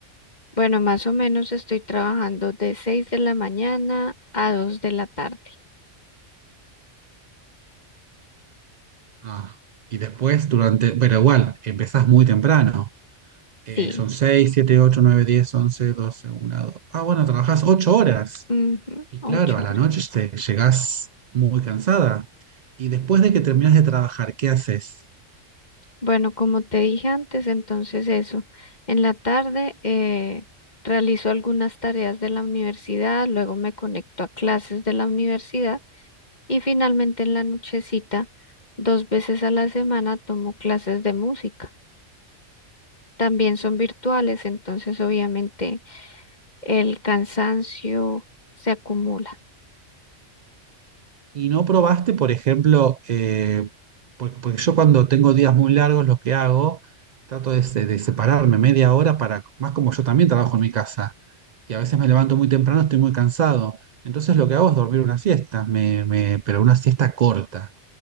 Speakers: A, on the left (about 35°); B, on the right (about 80°).
A: Bueno, más o menos estoy trabajando de 6 de la mañana a dos de la tarde.
B: Ah, y después durante, pero igual, empezás muy temprano. Eh,
A: Sí,
B: son seis siete ocho nueve diez once doce una dos Ah, bueno, trabajás 8 horas.
A: ujú,
B: Y
A: ocho
B: claro, a
A: horas.
B: la noche te llegás muy cansada. Y después de que terminas de trabajar, ¿qué haces?
A: Bueno, como te dije antes, entonces eso. En la tarde eh, realizo algunas tareas de la universidad, luego me conecto a clases de la universidad y finalmente en la nochecita, dos veces a la semana, tomo clases de música. También son virtuales, entonces obviamente el cansancio se acumula.
B: Y no probaste, por ejemplo, eh, porque, porque yo cuando tengo días muy largos, lo que hago, trato de, se- de separarme media hora para, más como yo también trabajo en mi casa. Y a veces me levanto muy temprano, estoy muy cansado. Entonces lo que hago es dormir una siesta, me, me- pero una siesta corta.